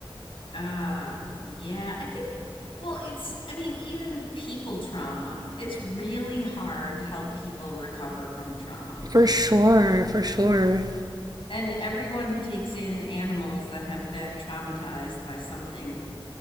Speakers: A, on the left (about 70°); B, on the right (about 45°).
A: Uh, yeah, I think, well, it's, I mean, even people trauma, it's really hard to help people recover from trauma.
B: For sure, for sure.
A: And everyone who takes in animals that have been traumatized by something